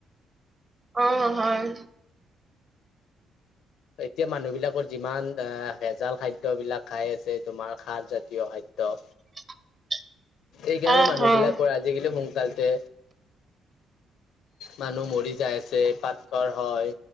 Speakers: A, on the right; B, on the left.
A: অ, হয়।
B: এতিয়া মানুহ বিলাকৰ যিমান আ, ভেজাল খাদ্যয় বিলাক খাই আছে, তোমাৰ খাৰ জাতীয় খাদ্য
A: <inaudible>
B: এইকাৰণে
A: অ'
B: মানুহ
A: হয়,
B: বিলাকৰ আজিকালি সোনকালতে মানুহ মৰি যাই আছে, পাতথৰ হয়,